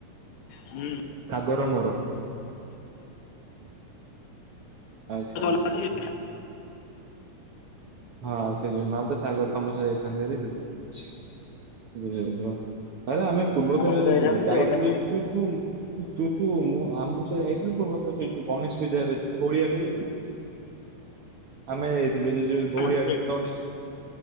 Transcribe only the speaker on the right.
ସାଗର ର ମୋର। ଆଚ୍ଛା
ଆଚ୍ଛା ହୁଁ। ହଁ ସେ ଯୋଉ ନହେଲେ ତ ସାଗର ତମ ସହିତ ଯାଇଥାତେ ହାରି ସେଥି। <unintelligible> ଆରେ ଆମେ ପୂର୍ବ
ଥର
ଯୋଉ
ଯାଇଥିଲୁୁ
ତୁ ତୁ ତୁ ମୋ ଆମ ସହ ଯାଇଥିଲୁ ପୂର୍ବଥର ସେ ଯୋଉ ଗଣେଶ ପୂଜାରେ ଯୋଉଁ କୋଡିଏରେ ଯାଇଥିଲୁ ଆମେ ଯାଇଥିଲୁ ସେ ଯୋଉଁ ଧଉଳିଆଡେ
ସେତେବେଳେ